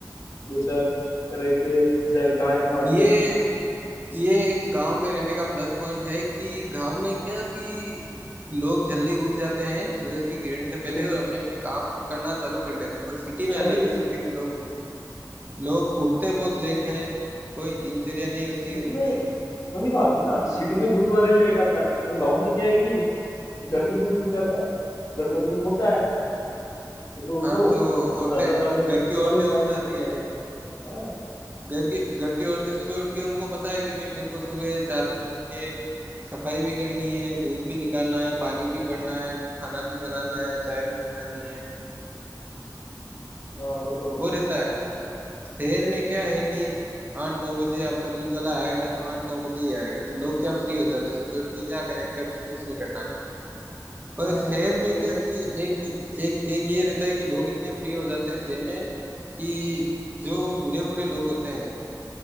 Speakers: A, on the left; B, on the right.
A: दो चार तरह के जा गाय पालो
B: ये ये एक गांव में रहने का प्लस पॉइंट है कि गांव में क्या कि लोग जल्दी उठ जाते हैं सूरज की किरण से पहले
A: हम्म
B: और अपने अपने काम करना चालू कर लेते हैं पर सिटी में
A: वही
B: अलग है सिटी में लोग लोग उठते
A: वो
B: बहुत लेट है कोई दिनचर्या नहीं होती
A: सिटी
B: उनकी
A: में वही बात है ना सिटी में दूध वाला ही लेट आता है और गांव में क्या है कि घर का दूध मिल जाता है घर का दूध होता है सुबह उठो
B: हाँ तो
A: अपना
B: औरतें
A: ताजा ताजा दूध
B: घर की
A: निकालो
B: औरतें
A: गाय
B: उठ
A: भैंसों
B: जाती है
A: का हाँ
B: घर की घर की औरतें सुबह उठ के उनको पता है कि भाई मेरे को सुबह चार बजे उठ के सफाई भी करनी है दूध भी निकालना है पानी भी भरना है फिर खाना भी
A: हम्म,
B: बनाना है चाय भी बनानी है
A: हाँ वो तो है
B: वो रहता है शहर में क्या है कि आठ नौ बजे आपका दूध वाला आएगा तो आठ नौ बजे ही आएगा तो लोग क्या फ्री हो जाते हैं सुबह उठ के क्या करें क्या कुछ नहीं करना है पर
A: हाँ
B: शहर
A: सही
B: में क्या
A: है
B: कि एक एक एक ये रहता है कि लोग इतने फ्री हो जाते हैं शहर में कि जो बूढ़े बूढ़े लोग होते हैं